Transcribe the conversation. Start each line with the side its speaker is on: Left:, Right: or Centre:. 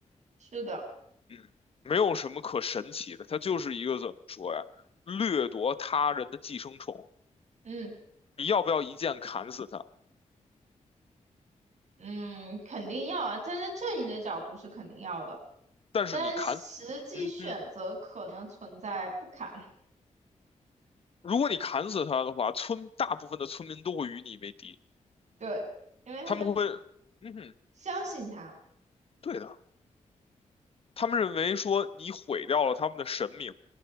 Right: 是的，
Left: 嗯，没有什么可神奇的，它就是一个怎么说呀，掠夺他人的寄生虫。
Right: 嗯
Left: 你要不要一剑砍死他？
Right: 嗯，肯定要啊，站在正义的角度是肯定要的，
Left: 但是你砍，
Right: 但实际选择可能存在不堪，
Left: 嗯哼。如果你砍死他的话，村大部分的村民都会与你为敌，
Right: 对，因为他们
Left: 他们会，嗯哼，
Right: 相信他，
Left: 对的，他们认为说你毁掉了他们的神明，